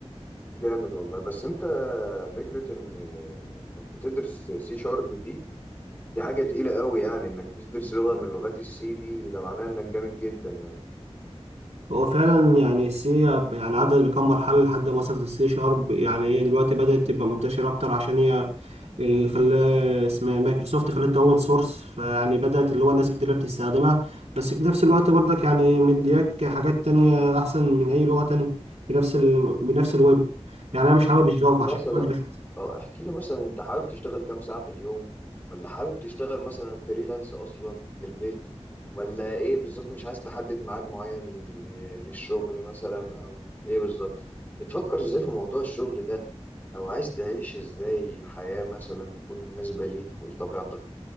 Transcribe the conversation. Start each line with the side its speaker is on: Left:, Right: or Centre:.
Left: جامد والله بس انت فكره ان انك بتدرس سي شارب دي دي حاجه تقيله قوي يعني انك بتدرس لغه من لغات السي دي ده معناه انك جامد جدا يعني
Right: هو فعلا يعني السي يعني عدت بكم مرحلة لحد ما وصلت السي شارب يعني هي دلوقتي بدأت تبقى منتشرة أكتر عشان هي اللي خلاه اسمها مايكروسوفت خلتها أوبن سورس فيعني بدأت اللي هو ناس كتير بتستخدمها بس في نفس الوقت برضك يعني مدياك حاجات تانية أحسن من أي لغة تانية في نفس ال... بنفس الويب يعني أنا مش
Left: طب
Right: حابب
Left: احكي
Right: الجافا
Left: مثلا
Right: عشان كده
Left: اه احكي لي مثلا انت حابب تشتغل كام ساعة في اليوم ولا حابب تشتغل مثلا فريلانس اصلا من البيت ولا ايه بالظبط مش عايز تحدد ميعاد معين لل- للشغل مثلا او ايه بالظبط بتفكر ازاي في موضوع الشغل ده او عايز تعيش ازاي حياة مثلا تكون مناسبة ليك ولطبيعتك